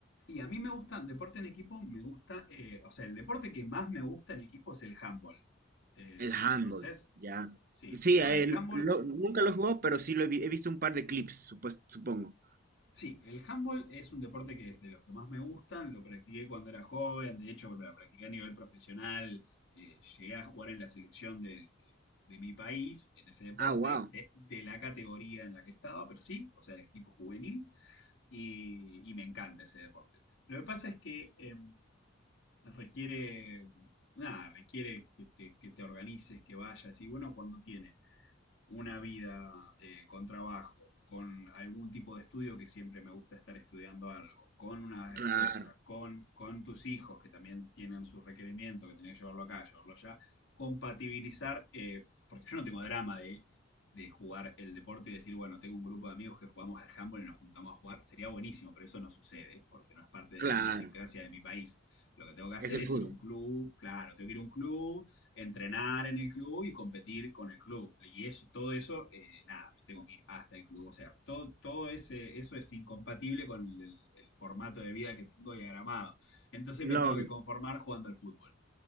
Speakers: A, on the left; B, on the right.
A: Y a mí me gusta, deporte en equipo, me gusta, eh, o sea, el deporte que más me gusta en equipo es el handball. Eh,
B: El handball,
A: ¿lo conoces?
B: ya.
A: Sí.
B: Sí,
A: Bueno,
B: a
A: el
B: lo-
A: handball,
B: nunca lo he jugado, pero sí lo he, vi- he visto un par de clips, supues- supongo.
A: sí, el handball es un deporte que es de los que más me gustan, lo practiqué cuando era joven, de hecho, lo practiqué a nivel profesional, eh, llegué a jugar en la selección de, de- de mi país, en ese deporte,
B: Ah, wow.
A: de, de la categoría en la que estaba, pero sí, o sea, es tipo juvenil. y, y me encanta ese deporte. Lo que pasa es que eh, requiere, nada, requiere que te, que te organices, que vayas y bueno, cuando tiene una vida eh, con trabajo, con algún tipo de estudio que siempre me gusta estar estudiando algo, con una esposa,
B: Claro,
A: con, con tus hijos que también tienen sus requerimientos, que tenés que llevarlo acá, llevarlo allá, compatibilizar, eh, porque yo no tengo drama de, de jugar el deporte y decir, bueno, tengo un grupo de amigos que jugamos al handball y nos juntamos a jugar, sería buenísimo, pero eso no sucede, porque no es parte de
B: claro.
A: la idiosincrasia de mi país. Lo que tengo que hacer
B: Es el
A: es
B: fútbol.
A: ir a un club, claro, tengo que ir a un club, entrenar en el club y competir con el club. Y eso, todo eso, eh, nada, me tengo que ir hasta el club. O sea, todo, todo ese, eso es incompatible con el, el formato de vida que tengo diagramado. Entonces
B: Lógico.
A: me tengo que conformar jugando al fútbol.